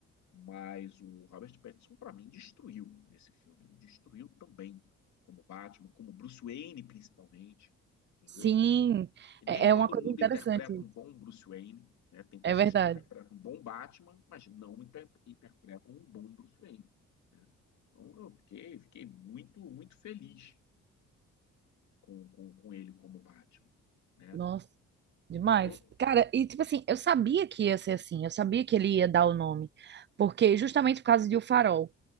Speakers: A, on the left; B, on the right.
A: Mas o Robert Pattinson, para mim, destruiu nesse filme. Ele destruiu também, como Batman, como Bruce Wayne, principalmente, entendeu?
B: Sim,
A: que nem
B: é, é
A: todo
B: uma coisa
A: mundo
B: interessante.
A: interpreta um bom Bruce Wayne, né? Tem pessoas
B: É verdade.
A: que interpretam um bom Batman, mas não inter interpretam um bom Bruce Wayne. Então eu fiquei, fiquei muito, muito feliz com, com, com ele como Batman, né?
B: Nossa. Demais.
A: Tô...
B: Cara, e tipo assim, eu sabia que ia ser assim, eu sabia que ele ia dar o nome, porque justamente por causa de O Farol.